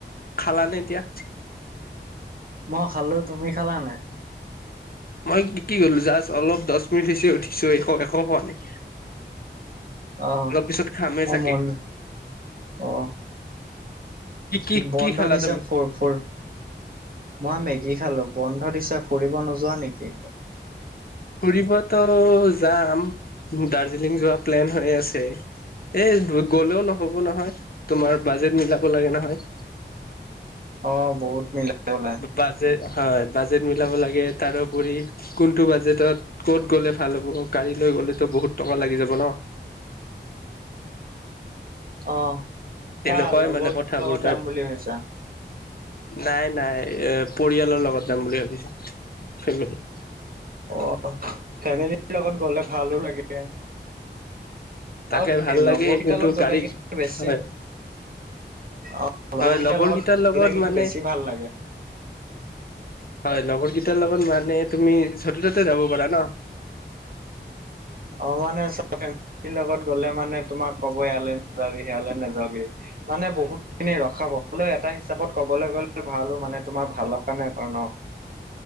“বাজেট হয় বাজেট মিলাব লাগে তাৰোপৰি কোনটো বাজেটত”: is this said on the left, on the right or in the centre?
Left